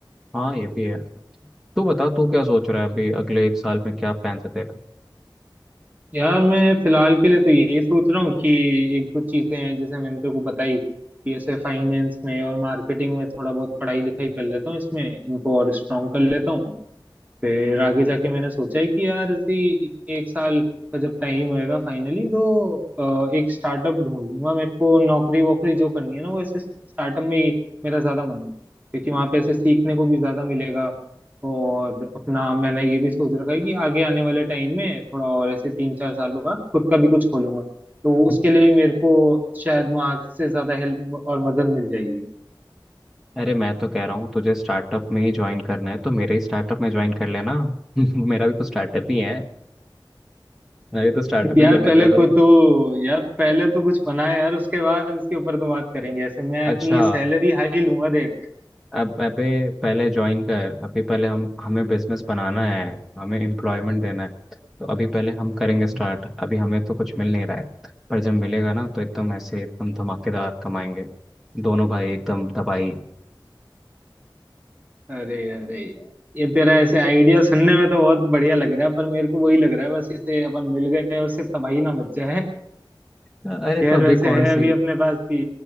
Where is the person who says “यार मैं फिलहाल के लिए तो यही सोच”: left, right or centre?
Right